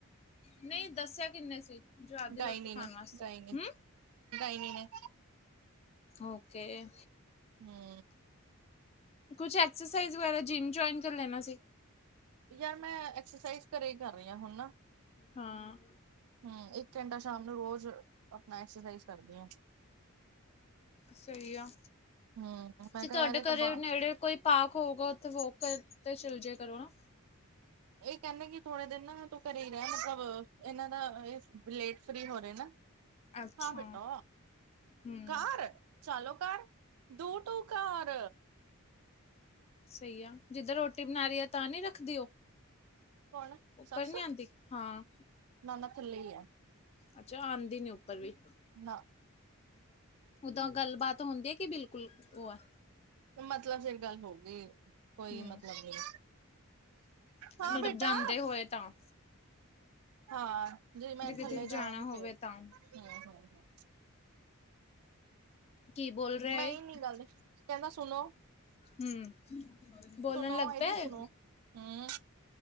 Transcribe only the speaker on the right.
ਗਾਇਨੀ
ਨੇ
ਗਾਇਨੀ
ਗਾਇਨੀ ਨੇ
ਹਮ
ਯਾਰ ਮੈਂ ਐਕਸਰਸਾਈਜ਼ ਘਰੇ ਹੀ ਕਰ ਰਹੀ ਹਾਂ ਹੁਣ ਨਾ।
ਹਮ ਇੱਕ ਘੰਟਾ ਸ਼ਾਮ ਨੂੰ ਰੋਜ਼ ਆਪਣਾ ਐਕਸਰਸਾਈਜ਼ ਕਰਦੇ ਹਾਂ।
ਹੂੰ, ਮੈਂ
ਕਿਹਾ
ਯਾਰ ਇਹ ਤਾਂ
ਬਾ
ਇਹ ਕਹਿੰਦੇ ਕਿ ਥੋੜੇ ਦਿਨ ਨਾ ਤੂੰ ਘਰ ਹੀ ਇ ਰਹਿ ਮਤਲਬ ਇਹਨਾਂ ਦਾ ਇਹ ਲੇਟ ਫਰੀ ਹੋ ਰਹੇ ਨਾ।
ਹਾਂ ਬੇਟਾ
ਕਾਰ ਚਲਾ ਲਓ ਕਾਰ। Two two car.
ਕੌਣ ਸੱਸ
ਨਾ ਨਾ ਥੱਲੇ ਹੀ ਹੈ
ਨਾ
ਮਤਲਬ ਫਿਰ ਗੱਲ ਹੋ ਗਈ। ਕੋਈ
ਮਤਲਬ ਨਹੀਂ ਹਾਂ
ਬੇਟਾ।
ਹਾਂ, ਜੇ ਮੈਂ
ਥੱਲੇ
ਜਾਵਾਂਗੀ
ਫੇਰ
ਹਮ ਹਮ ਹਮ।
ਮੈਂ ਹੀ ਨੀ ਗੱਲ ਕਹਿੰਦਾ ਸੁਣੋ
ਸੁਣੋ
ਇਹਦੀ
ਸੁਣੋ ਹੂੰ